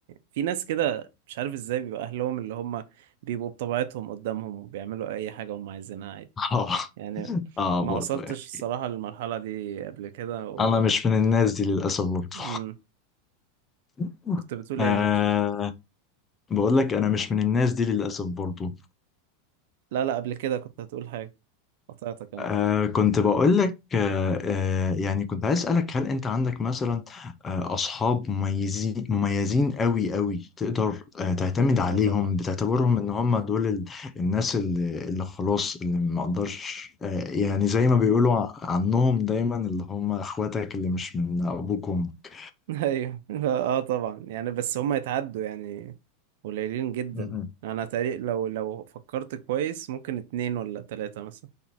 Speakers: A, on the right (about 65°); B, on the left (about 15°).
A: في ناس كده مش عارف ازاي بيبقى أهلهم اللي هم بيبقوا بطبيعتهم قدامهم وبيعملوا أي حاجة هم عايزينها عادي
B: <laughs> آه
A: يعني
B: آه
A: ما
B: برضه
A: وصلتش
B: يعني
A: الصراحة للمرحلة دي قبل كده و...
B: أنا مش من الناس دي للأسف برضه
A: مم.
B: <laughs>
A: كنت بتقول
B: آه
A: ايه معلش
B: بقول لك أنا مش من الناس دي للأسف برضه
A: لا لا قبل كده كنت هتقول حاجة قطعتك أنا
B: آه كنت بقول لك آه آه يعني كنت عايز أسألك هل أنت عندك مثلا آه أصحاب مميزين مميزين قوي قوي تقدر آه تعتمد
A: اه
B: عليهم
A: طبعا
B: بتعتبرهم إن هم دول ال- الناس اللي, اللي خلاص اللي ما أقدرش آه يعني زي ما بيقولوا ع- عنهم دايما اللي هم إخواتك اللي مش من أبوك وأمك
A: <laughs> ايوه لا، اه طبعا يعني بس هم يتعدوا يعني قليلين جدا
B: مهم.
A: أنا تقريبا لو لو فكرت كويس ممكن اتنين ولا تلاتة مثلا